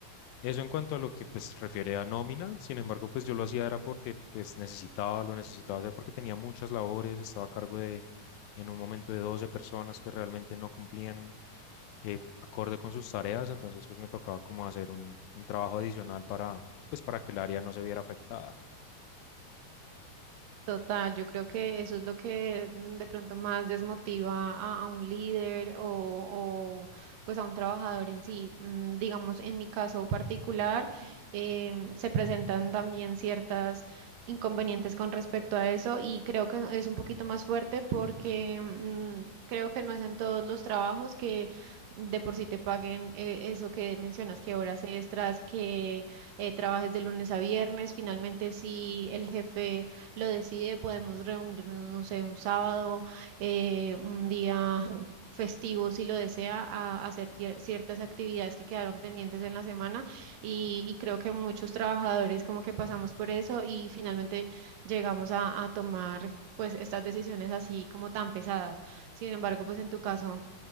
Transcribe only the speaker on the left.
eso en cuanto a lo que pues refiere a nómina, sin embargo, pues yo lo hacía era porque pues necesitaba, lo necesitaba hacer porque tenía muchas labores, estaba a cargo de en un momento de 12 personas que realmente no cumplían eh, acorde con sus tareas, entonces pues me tocaba como hacer un, un trabajo adicional para pues para que el área no se viera afectada.